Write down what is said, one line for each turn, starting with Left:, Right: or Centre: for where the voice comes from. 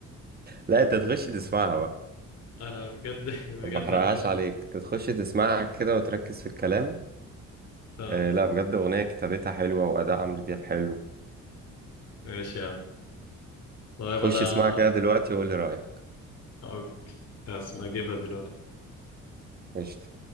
Right: لا
Left: ياض.
Right: انت تخش تسمعها بقى
Left: انا بجد <laughs> بجد
Right: ما احرقهاش
Left: هخش
Right: عليك انت تخش تسمعها كده وتركز في الكلام
Left: اه
Right: آه لا بجد اغنيه كتابتها حلوه واداء عمرو دياب حلو
Left: ماشي يا عم طيب
Right: خش
Left: انا
Right: اسمعها كده دلوقتي وقول لي رايك
Left: أو- هسمع اجيبها دلوقتي
Right: قشطة.